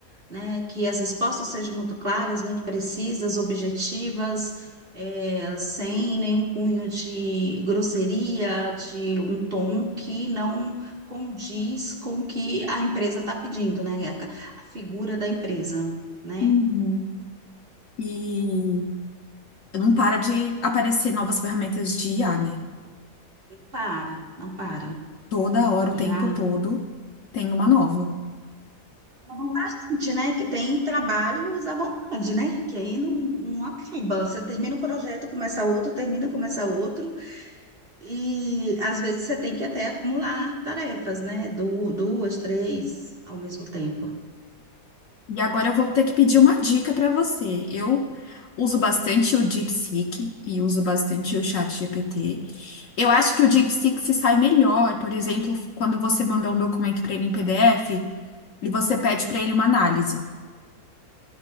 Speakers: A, on the right; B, on the left.
A: né? Que as respostas sejam muito claras, muito precisas, objetivas, eh, sem nenhum cunho de grosseria, de um tom que não condiz com o que a empresa está pedindo, né? A a figura da empresa, né?
B: uhum. E não para de aparecer novas ferramentas de IA, né?
A: Não para, não para.
B: Toda hora,
A: E
B: o tempo
A: aí,
B: todo, tem uma nova.
A: Vamos pra frente, né? Que tem trabalhos à vontade, né? Que aí não, não acaba. Você termina um projeto, começa outro, termina, começa outro. E às vezes você tem que até acumular tarefas, né? Du- Duas, três ao mesmo tempo.
B: E agora eu vou ter que pedir uma dica para você. Eu uso bastante o DeepSeek e uso bastante o ChatGPT. Eu acho que o DeepSeek se sai melhor, por exemplo, quando você manda um documento para ele em PDF e você pede para ele uma análise.